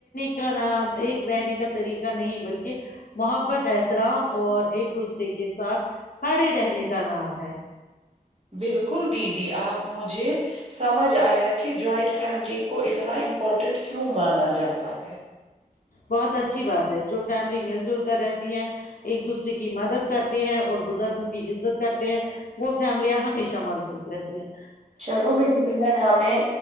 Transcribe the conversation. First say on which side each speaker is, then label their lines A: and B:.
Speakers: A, on the left; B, on the right.
A: کا ایک رہنے کا طریقہ نہیں بلکہ محبت احترام اور ایک دوسرے کے ساتھ کھڑے رہنے کا نام ہے
B: بالکل دیدی آپ مجھے سمجھ آیا کہ جوائنٹ فیملی کو اتنا امپورٹنٹ کیوں مانا جاتا ہے
A: بہت اچھی بات ہے جو فیملی مل جل کر رہتی ہے ایک دوسرے کی مدد کرتی ہے اور بزرگوں کی عزت کرتے ہیں وہ فیملیاں ہمیشہ مضبوط رہتی ہیں
B: چلو میری بہن ہمیں